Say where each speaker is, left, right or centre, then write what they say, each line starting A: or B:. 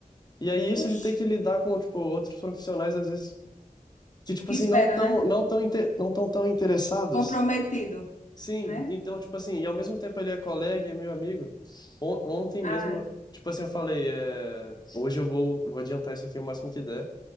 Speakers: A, on the left; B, on the left.
A: E aí, isso
B: Oxe,
A: de ter que lidar com, tipo, outros profissionais, às vezes, que, tipo
B: que
A: assim,
B: espera,
A: não tão,
B: né?
A: não tão, inte- não tão, tão interessados.
B: Comprometido,
A: Sim,
B: né?
A: então, tipo assim, e ao mesmo tempo ele é colega e é meu amigo. On- ontem
B: Ai,
A: mesmo, tipo assim, eu falei, é, hoje eu vou, vou adiantar isso aqui o máximo que der.